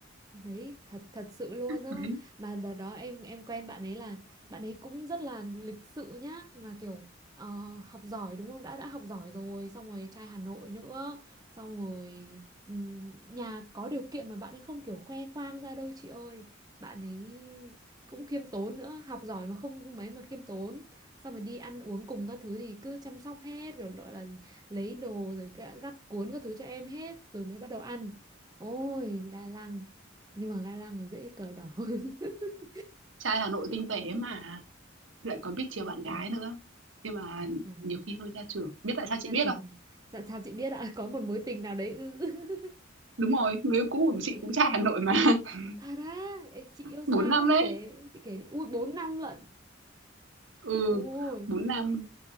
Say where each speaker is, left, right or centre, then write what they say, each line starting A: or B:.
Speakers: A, on the right; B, on the right.
A: đấy thật thật sự luôn á
B: Đấy,
A: mà đợt đó em em quen bạn ấy là bạn ấy cũng rất là lịch sự nhá mà kiểu ờ, học giỏi đúng không đã đã học giỏi rồi xong rồi trai Hà Nội nữa xong rồi ừm, nhà có điều kiện mà bạn ấy không kiểu khoe khoang ra đâu chị ơi bạn ấy cũng khiêm tốn nữa học giỏi mà không không mấy mà khiêm tốn xong rồi đi ăn uống cùng các thứ thì cứ chăm sóc hết kiểu gọi là lấy đồ rồi gắp cuốn các thứ cho em hết rồi mới bắt đầu ăn ôi gà lăng nhưng mà ga lăng còn dễ cờ đỏ <laughs>
B: trai Hà Nội tinh tế mà, lại còn biết chiều bạn gái
A: Ôi,
B: nữa. Nhưng mà
A: trời ơi
B: nhiều khi hơi ra trường. Biết tại sao chị
A: ra
B: biết
A: trường
B: không?
A: sao, sao chị biết ạ <laughs> có một mối tình nào đấy ư <laughs>
B: Đúng rồi, người yêu cũ của chị
A: Ê,
B: cũng trai Hà Nội mà. <laughs>
A: thật á Ê, chị yêu xa
B: bốn năm
A: đấy chị
B: đấy.
A: kể chị kể đi ui bốn năm lận
B: Ừ,
A: ui
B: 4 năm.